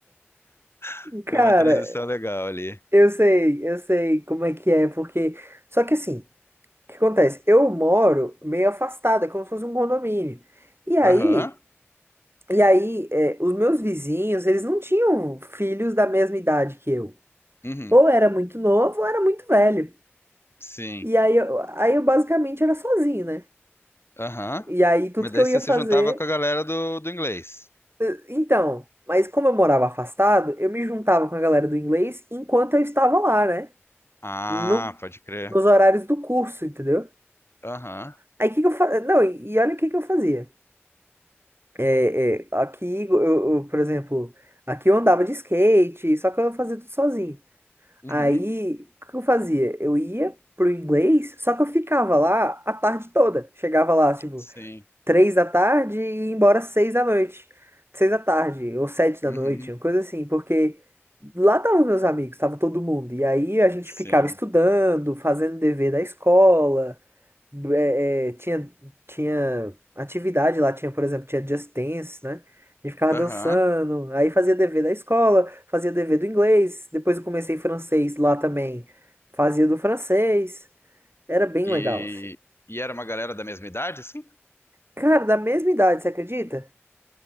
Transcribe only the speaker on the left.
<laughs>
Foi uma transição legal ali.
Aham.
Uhum.
Sim.
Aham.
Mas daí
você
se juntava com a galera do, do inglês.
Ah,
pode crer.
Aham.
Uhum.
Sim.
Uhum.
Sim.
Aham.
E,
e era uma galera da mesma idade, assim?